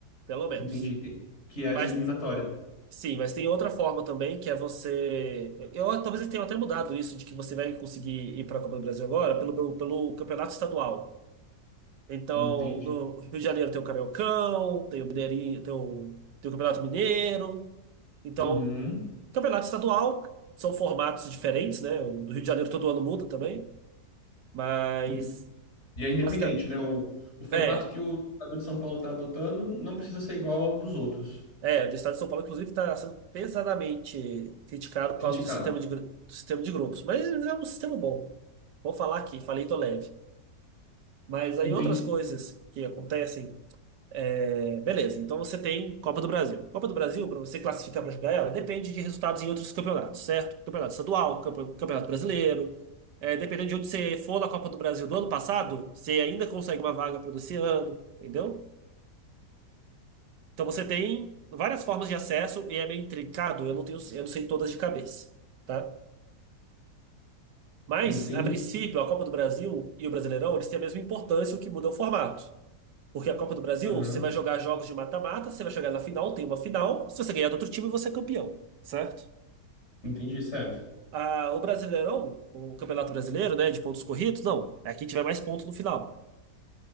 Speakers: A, on the right (about 80°); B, on the left (about 40°).
A: pelo menos.
B: Entendi. Que, que é a
A: Mas
B: de eliminatória.
A: sim, mas tem outra forma também, que é você. Eu talvez eles tenham até mudado isso, de que você vai conseguir ir para a Copa do Brasil agora pelo, pelo campeonato estadual. Então,
B: Entendi.
A: no Rio de Janeiro tem o Cariocão, tem o Mineirinho, tem o, tem o Campeonato Mineiro. Então,
B: Uhum.
A: campeonato estadual são formatos diferentes, né? O do Rio de Janeiro todo ano muda também, mas,
B: Ente- E é independente,
A: basicamente
B: né? O, o formato
A: é,
B: que o estado de São Paulo está adotando não precisa ser igual ao dos outros.
A: é, do estado de São Paulo inclusive está sendo pesadamente criticado por
B: Criticado.
A: causa do sistema de gru- do sistema de grupos, mas é um sistema bom. Vou falar aqui, falei tô leve. Mas aí
B: Entendi.
A: outras coisas que acontecem É, beleza, então você tem Copa do Brasil. Copa do Brasil, para você classificar para jogar ela, depende de resultados em outros campeonatos, certo? Campeonato estadual, campe- campeonato brasileiro. É, dependendo de onde você for na Copa do Brasil do ano passado, você ainda consegue uma vaga para esse ano, entendeu? Então você tem várias formas de acesso e é meio intricado, eu não tenho, eu não sei todas de cabeça, tá? Mas,
B: Entendi.
A: a princípio, a Copa do Brasil e o Brasileirão, eles têm a mesma importância, o que muda é o formato. Porque a Copa do Brasil,
B: Aham,
A: você vai jogar jogos de mata-mata, você vai chegar na final, tem uma final. Se você ganhar do outro time, você é campeão, certo?
B: entendi, certo.
A: Ah, o Brasileirão, o Campeonato Brasileiro, né, de pontos corridos, não. É quem tiver mais pontos no final.